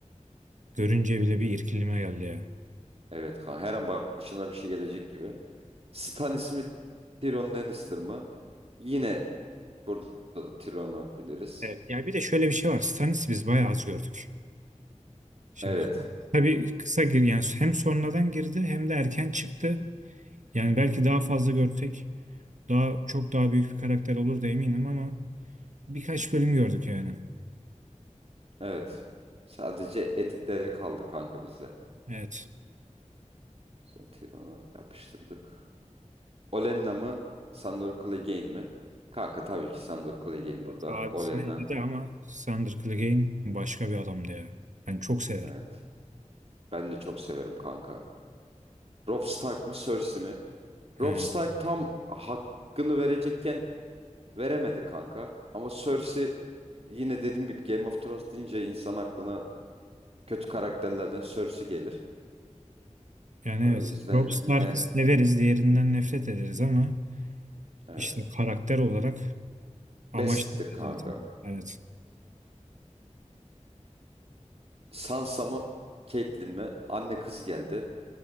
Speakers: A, on the right (about 75°); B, on the right (about 50°).
A: Görünce bile bir irkilme geldi ya.
B: Evet kanka her an başına bir şey gelecek gibi. Stan ismi Tyrion Lannister mı? Yine burada da Tyrion'u biliriz.
A: Evet. Yani bir de şöyle bir şey var. Stannis'i biz bayağı az gördük. Şimdi
B: Evet.
A: tabii kısa gir yani hem sonradan girdi hem de erken çıktı. Yani belki daha fazla görsek daha çok daha büyük bir karakter olur da eminim ama Birkaç bölüm gördük yani.
B: Evet. Sadece editlere kaldı kanka bize.
A: Evet.
B: Sen Tyrion'u yapıştırdık. Olenna mı? Sandor Clegane mi? Kanka tabii ki Sandor Clegane burada.
A: Evet, Abisini
B: Olenna.
A: eledi ama Sandor Clegane başka bir adamdı ya. Ben çok severim.
B: Evet. Ben de çok severim kanka. Robb Stark mı Cersei mi? Robb
A: He.
B: Stark tam hakkını verecekken veremedi kanka. Ama Cersei yine dediğim gibi Game of Thrones deyince insan aklına kötü karakterlerden Cersei gelir.
A: Yani
B: O
A: evet.
B: yüzden
A: Robb
B: yine
A: Stark'ı severiz. Diğerinden nefret ederiz ama
B: evet.
A: işte karakter olarak amaç
B: Best'tir
A: da o
B: kanka.
A: zaten. Evet.
B: Sansa mı? Caitlyn mi? Anne kız geldi.